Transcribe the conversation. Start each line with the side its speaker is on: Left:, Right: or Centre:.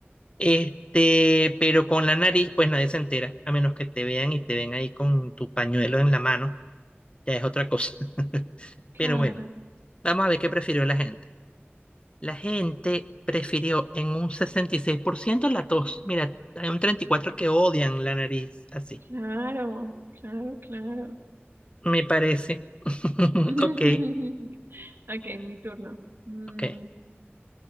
Left: Este, pero con la nariz, pues nadie se entera, a menos que te vean y te ven ahí con tu pañuelo en la mano, ya es otra cosa. <laughs>
Right: Claro,
Left: Pero bueno, vamos a ver qué prefirió la gente. La gente prefirió en un 66% la tos. Mira, hay un 34% que odian la nariz, así,
Right: claro, claro, claro.
Left: me parece. <laughs>
Right: <laughs>
Left: Ok,
Right: Ok, mi turno. Mm,
Left: ok.